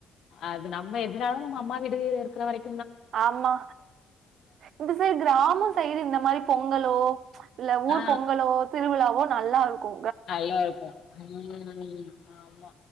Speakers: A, on the left (about 65°); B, on the right (about 70°).
A: அது நம்ம எதனாலு நம்ம அம்மா வீடு இருக்கிற வெரைக்
B: ஆமா இந்த சைடு கிராம சைடு இந்த மாரி பொங்கலோ இல்ல ஊர்
A: ஆ
B: பொங்கலோ திருவிழாவோ நல்லா இருக்கோ
A: நல்லா இருக்கோ ம் ஆமா